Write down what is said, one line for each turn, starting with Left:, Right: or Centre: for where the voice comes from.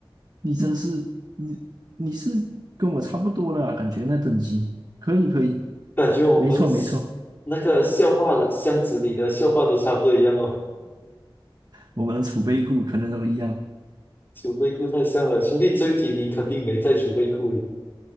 Right: 你真是，你你是跟我差不多了啊，感觉那等级，可以可以，
Left: 感觉我们
Right: 没错没错，
Left: 那个笑话的箱子里的笑话都差不多一样哦。
Right: 我们的储备库可能都一样。
Left: 储备库太像了，兄弟，这一题你肯定没在储备库里。